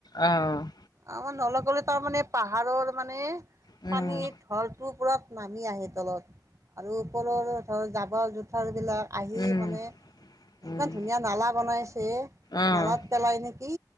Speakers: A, on the left; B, on the right.
A: অ'।
B: আমাৰ নল-গলে তাৰমানানে পাহাৰৰ মানে
A: উম
B: পানীত <unintelligible> টো পূৰা নামি আহে তলত আৰু ওপৰৰ ধৰ জাবৰ জোথৰবিলাক আহি
A: উম
B: মানে
A: উম উম
B: ইমান ধুনীয়া নালা বনাইছে,
A: অ'
B: নালাত পেলাই নেকি